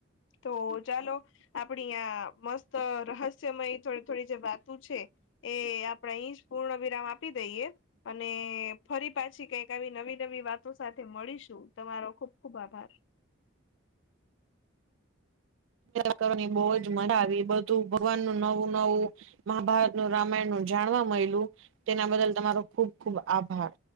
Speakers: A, on the left (about 65°); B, on the right (about 75°).
A: તો ચાલો આપણી આં મસ્ત રહસ્યમય થોડી થોડી જે વાત છે. એ આપણેે અહી જ પૂર્ણ વિરામ આપી દઈએ. અને ફરી પાછી કઈક આવી નવી નવી વાત સાથે મળીશું તમારો ખુબ ખુબ આભાર.
B: કરવાની બહુજ મજા આવી બધું ભગવાન નું નવું નવું. મહાભારતનું, રામાયણ નું જાણવા મળલું, તેના બદલ તમારો ખુબ ખુબ આભાર.